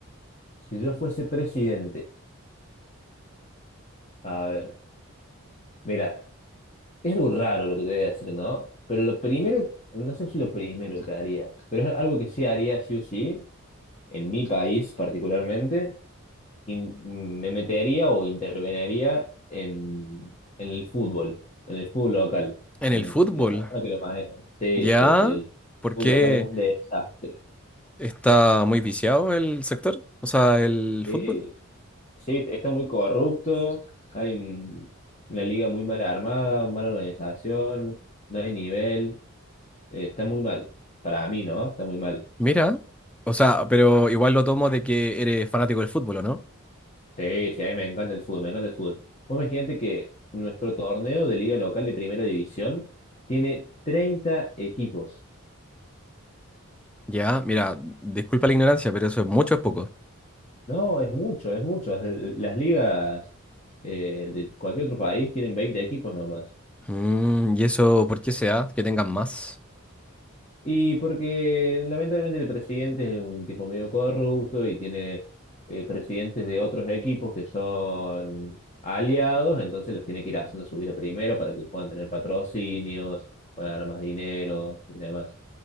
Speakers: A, on the left; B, in the centre.
A: Si yo fuese presidente, a ver, mira, es algo raro lo que te voy a decir, ¿no? Pero lo primero, no sé si lo primero que haría, pero es algo que sí haría sí o sí, en mi país particularmente, in- me metería o interveniría en, en el fútbol, en el fútbol local,
B: En
A: en
B: el fútbol,
A: las personas que lo manejan. Sí,
B: ¿ya?
A: sí, sí, el
B: ¿Por
A: fútbol
B: qué
A: local es un desastre.
B: está muy viciado el sector? O sea, el
A: Sí,
B: fútbol.
A: sí, está muy corrupto, hay un- una liga muy mal armada, mala organización, no hay nivel, eh, está muy mal. Para mí, ¿no? Está muy mal.
B: Mira, o sea, pero igual lo tomo de que eres fanático del fútbol, ¿o no?
A: Sí, sí, a mí me encanta el fútbol, me encanta el fútbol. Vos imagínate que nuestro torneo de liga local de primera división tiene 30 equipos.
B: Ya, mira, disculpa la ignorancia, pero eso es mucho, es poco.
A: No, es mucho, es mucho. Es el- Las ligas eh, de cualquier otro país tienen 20 equipos nomás.
B: Mm, ¿y eso por qué se da? Que tengan más.
A: Y porque lamentablemente el presidente es un tipo medio corrupto y tiene eh, presidentes de otros equipos que son aliados, entonces los tiene que ir haciendo subir a primera para que puedan tener patrocinios, para ganar más dinero y demás.